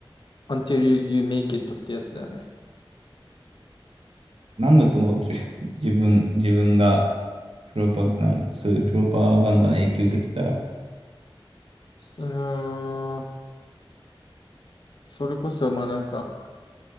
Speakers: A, on the left; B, on the right.
A: until you make it ってやつだよね。
B: なんだと思う、じ <laughs> 自分、自分がプロパ、ない、そういうプロパガンダの影響を受けてたら、
A: うーん。それこそ、まあなんか、